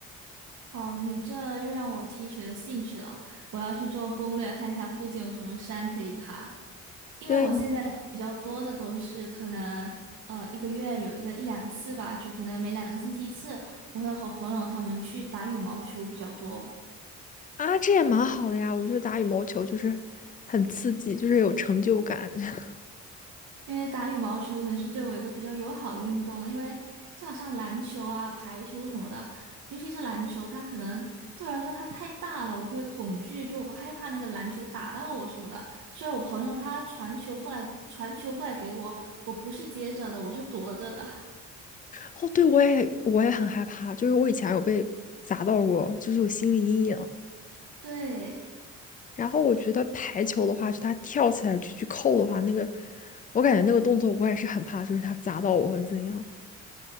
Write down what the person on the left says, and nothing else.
对你
啊，这也蛮好的呀，我觉得打羽毛球就是很刺激，就是有成就感。<laughs>
哦，对，我也我也很害怕，就是我以前有被砸到过，就是有心理阴影。
然后我觉得排球的话，就他跳起来去去扣的话，那个我感觉那个动作我也是很怕，就是他砸到我会怎样？